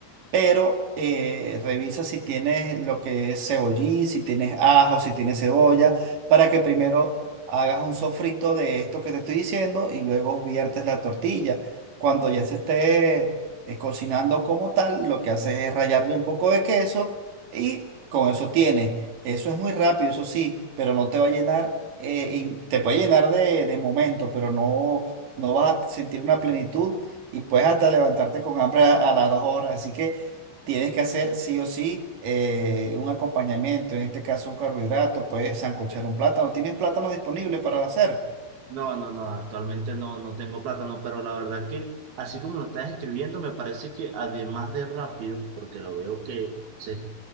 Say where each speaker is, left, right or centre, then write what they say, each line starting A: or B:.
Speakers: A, on the right (about 65°); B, on the right (about 85°).
A: pero eh, revisa si tienes lo que es cebollín, si tienes ajo, si tienes cebolla, para que primero hagas un sofrito de esto que te estoy diciendo y luego viertes la tortilla. Cuando ya se esté eh, cocinando como tal, lo que haces es rallarle un poco de queso y con eso tienes. Eso es muy rápido, eso sí, pero no te va a llenar, eh, y te puede llenar de, de momento, pero no, no vas a sentir una plenitud y puedes hasta levantarte con hambre a, a las dos horas. Así que Tienes que hacer sí o sí eh, un acompañamiento, en este caso un carbohidrato, puedes sancochar un plátano. ¿Tienes plátano disponible para hacer?
B: No, no, no, actualmente no, no tengo plátano, pero la verdad que así como lo estás escribiendo, me parece que además de rápido, porque lo veo que se,